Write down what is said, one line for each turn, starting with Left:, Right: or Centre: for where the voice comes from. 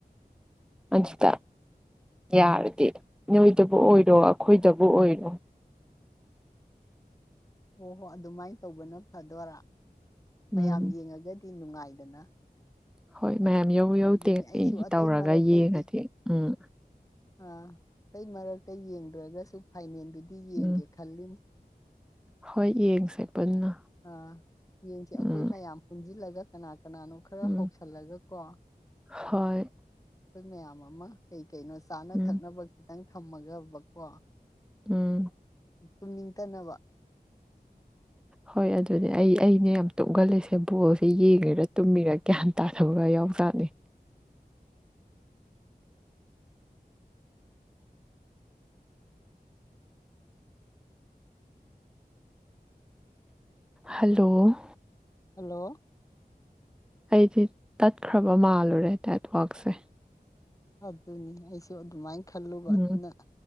Centre: ꯑꯗꯨꯗ ꯌꯥꯔꯗꯤ ꯅꯣꯏꯗꯕꯨ ꯑꯣꯏꯔꯣ ꯑꯈꯣꯏꯗꯕꯨ ꯑꯣꯏꯔꯣ
Left: ꯍꯣ ꯍꯣ ꯑꯗꯨꯃꯥꯏ ꯇꯧꯕꯅ ꯐꯗꯣꯔꯥ ꯃꯌꯥꯝ
Centre: ꯎꯝ
Left: ꯌꯦꯡꯉꯒꯗꯤ ꯅꯨꯡꯉꯥꯏꯗꯅ
Centre: ꯍꯣꯏ ꯃꯌꯥꯝ ꯌꯧ ꯌꯧꯗꯦ
Left: ꯑꯗꯨꯅꯤ ꯑꯩꯁꯨ
Centre: ꯑꯩ
Left: ꯑꯇꯩ
Centre: ꯇꯧꯔꯒ
Left: ꯃꯔꯛꯇ
Centre: ꯌꯦꯡꯉꯗꯤ
Left: ꯌꯦꯡ
Centre: ꯎꯝ
Left: ꯑꯥ ꯀꯩ ꯃꯔꯛꯇ ꯌꯦꯡꯗ꯭ꯔꯒꯁꯨ ꯐꯥꯏꯅꯦꯜꯗꯨꯗꯤ ꯌꯦꯡꯒꯦ
Centre: ꯎꯝ
Left: ꯈꯜꯂꯤꯅꯤ
Centre: ꯍꯣꯏ ꯌꯦꯡꯁꯦ ꯄꯨꯟꯅ
Left: ꯑꯥ ꯌꯦꯡꯁꯦ ꯑꯩꯈꯣꯏ
Centre: ꯎꯝ
Left: ꯃꯌꯥꯝ ꯄꯨꯟꯖꯤꯜꯂꯒ ꯀꯅꯥ ꯀꯅꯥꯅꯣ ꯈꯔ
Centre: ꯎꯝ
Left: ꯍꯧꯁꯜꯂꯒꯀꯣ ꯑꯩꯈꯣꯏ
Centre: ꯍꯣꯏ
Left: ꯃꯌꯥꯝ ꯑꯃ ꯀꯩ ꯀꯩꯅꯣ ꯆꯥꯅ
Centre: ꯎꯝ
Left: ꯊꯛꯅꯕ ꯈꯤꯇꯪ ꯊꯝꯃꯒꯕꯀꯣ
Centre: ꯎꯝ
Left: ꯇꯨꯝꯅꯤꯡꯇꯅꯕ
Centre: ꯍꯣꯏ ꯑꯗꯨꯅꯦ ꯑꯩ ꯑꯩꯅ ꯌꯥꯝ ꯇꯨꯝꯒꯜꯂꯤꯁꯦ ꯕꯣꯜꯁꯦ
Left: ꯎꯝ
Centre: ꯌꯦꯡꯉꯒ ꯇꯨꯝꯃꯤꯔ ꯒ꯭ꯌꯥꯟ ꯇꯥꯗꯕꯒ ꯌꯥꯎꯖꯥꯠꯅꯤ ꯍꯜꯂꯣ
Left: ꯍꯜꯂꯣ
Centre: ꯑꯩꯗꯤ ꯇꯠꯈ꯭ꯔꯕ ꯃꯥꯜꯂꯨꯔꯦ ꯅꯦꯠꯋꯥꯛꯁꯦ
Left: ꯑꯗꯨꯅꯤ ꯑꯩꯁꯨ ꯑꯗꯨꯃꯥꯏ ꯈꯜꯂꯨꯕ
Centre: ꯎꯝ
Left: ꯑꯗꯨꯅ